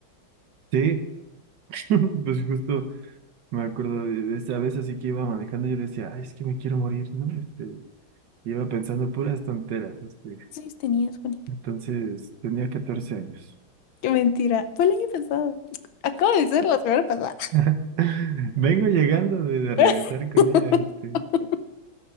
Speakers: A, on the right; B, on the left.
A: sí, <laughs> pues justo me acuerdo de, de esa vez así que iba manejando, yo decía, "Ay, es que me quiero morir, ¿no? Este, iba pensando puras tonteras, este.
B: Sí, tenías, Juani.
A: Entonces tenía 14 años.
B: Qué mentira. Fue el año pasado. Acabo de ser la semana pasada.
A: <laughs> Vengo llegando de, de regresar
B: <laughs>
A: con ella, este,